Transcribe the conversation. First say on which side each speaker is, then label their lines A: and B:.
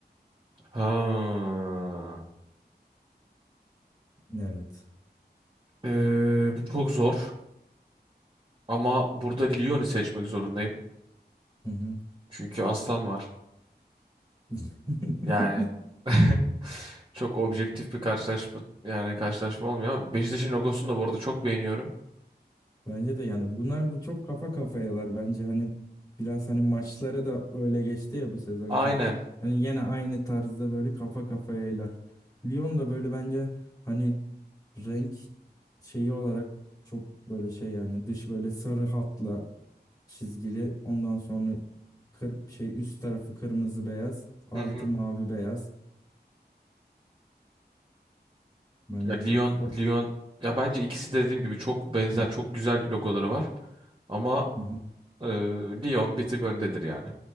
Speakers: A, on the right; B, on the left.
A: Ha.
B: Evet.
A: Ee, bu çok zor. Ama burada Lyon'u seçmek zorundayım.
B: Hı hı.
A: Çünkü aslan var.
B: <laughs>
A: Yani <laughs> çok objektif bir karşılaşma yani karşılaşma olmuyor ama Beşiktaş'ın logosunu da bu arada çok beğeniyorum.
B: Bence de yani bunlar bu çok kafa kafayalar bence hani biraz hani maçları da böyle geçti ya bu sezonki.
A: Aynen.
B: Hani yine aynı tarzda böyle kafa kafayalar. Lyon da böyle bence hani renk şeyi olarak çok böyle şey yani dış böyle sarı hatla çizgili ondan sonra kır, şey üst tarafı kırmızı beyaz altı
A: Hı hı.
B: mavi beyaz. Bence
A: Ya Lyon
B: çok hoş.
A: Lyon ya bence ikisi de dediğim gibi çok benzer
B: Hı hı.
A: çok güzel logoları var. Ama
B: Hı hı.
A: e, Lyon bir tık öndedir yani